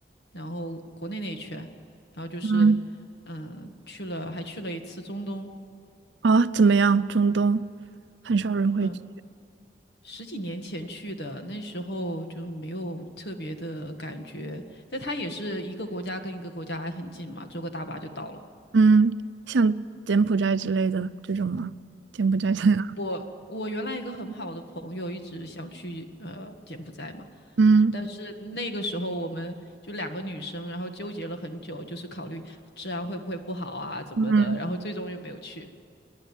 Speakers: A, on the left; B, on the right.
A: 然后国内那一圈，然后就是，
B: 嗯
A: 嗯，去了，还去了一次中东，
B: 啊，怎么样？中东很少人会去，
A: 嗯，十几年前去的，那时候就没有特别的感觉，但它也是一个国家跟一个国家还很近嘛，坐个大巴就到了。
B: 嗯，像柬埔寨之类的这种吗？柬埔寨这样，
A: 我我原来一个很好的朋友一直想去呃柬埔寨嘛。
B: 嗯
A: 但是那个时候我们就两个女生，然后纠结了很久，就是考虑治安会不会不好啊，怎么的，
B: 嗯。
A: 然后最终又没有去。